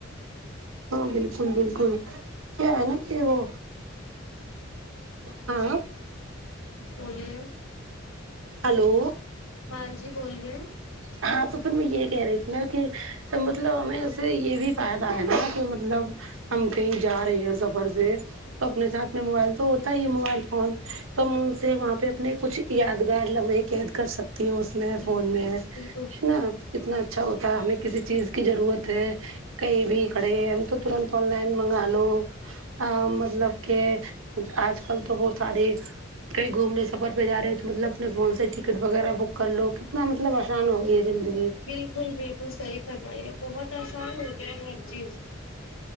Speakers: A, on the right; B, on the left.
A: ہاں بالکل بالکل کیا ہے نا کہ وہ ہاں
B: بولیے
A: ہیلو
B: ہاں جی بولیے
A: ہاں تو پھر میں یہ کہہ رہی تھی نا کہ مطلب ہمیں اسے یہ بھی فائدہ ہے نا کہ مطلب ہم کہیں جا رہے ہیں سفر پہ تو اپنے ساتھ میں موبائل تو ہوتا ہی موبائل فون تو ہم ان سے وہاں پہ اپنے کچھ یادگار لمحے قید کر سکتی ہوں اس میں
B: جی
A: فون
B: جی
A: میں
B: جی بال
A: ہے نا کتنا اچھا ہوتا ہے ہمیں کسی چیز کی ضرورت ہے کئی بھی کھڑے ایم تو ترنت آن لائن منگا لو ا مطلب کہ آج کل تو بہت ساری کہیں گھوم لے سفر پہ جا رہے ہیں تو مطلب اپنے فون سے ٹکٹ وغیرہ بک کر لو کتنا مطلب کسان ہوئی ہے زندگی
B: بالکل بالکل صحیح فرمایا ہے بہت آسان ہو گیا ہے ہر چیز